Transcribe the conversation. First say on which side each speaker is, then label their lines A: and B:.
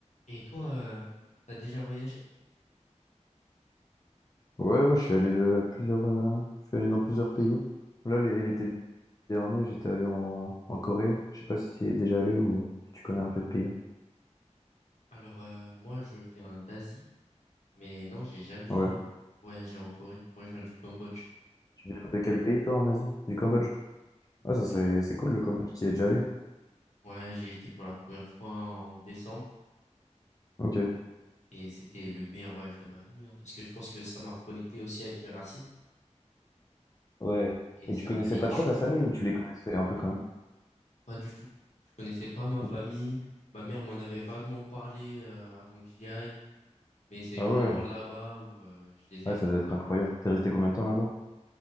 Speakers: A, on the left (about 70°); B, on the left (about 30°).
A: Et toi, euh, t'as déjà voyagé?
B: Ouais, ouais, je suis allé de plusieurs, euh, je suis allé dans plusieurs pays. Là, l'é- l'été dernier, j'étais allé en, en Corée. Je sais pas si tu es déjà allé ou si tu connais un peu de pays.
A: Alors, euh, moi, je viens d'Asie, mais non, j'ai jamais
B: Ouais.
A: euh, voyagé en Corée. Moi, je viens du Cambodge.
B: Tu viens de quel pays, toi, en Asie? Du Cambodge.
A: Cambodge,
B: Ah, ça, c'est,
A: ouais.
B: c'est cool, le Cambodge. Tu y es déjà allé.
A: Ouais, j'y étais pour la première fois en décembre
B: Ok.
A: et c'était le meilleur voyage de ma vie, hein, parce que je pense que ça m'a reconnecté aussi avec mes racines
B: Ouais.
A: et
B: Et
A: c'est
B: tu connaissais
A: un pays
B: pas
A: chaud.
B: trop ta famille ou tu les connaissais un peu quand même?
A: Pas du tout. Je connaissais pas ma
B: Ok.
A: famille. Ma mère m'en avait vaguement parlé euh, avant que j'y aille, mais c'est
B: Ah
A: vraiment
B: ouais.
A: là-bas où euh, je les
B: Ouais,
A: ai rencontrés
B: ça doit être incroyable.
A: pour la première
B: T'es
A: fois.
B: resté combien de temps là-bas?